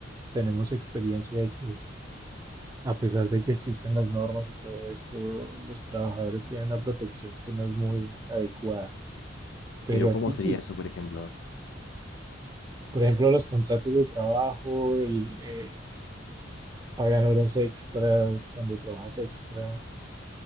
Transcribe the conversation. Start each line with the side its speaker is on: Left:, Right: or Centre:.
Right: tenemos experiencia de que a pesar de que existen las normas y todo esto, los trabajadores tienen una protección que no es muy adecuada. Pero
Left: Pero ¿cómo
Right: aquí
Left: sería
Right: sí,
Left: eso, por ejemplo?
Right: por ejemplo, los contratos de trabajo, el, eh, pagan horas extras cuando trabajas extra,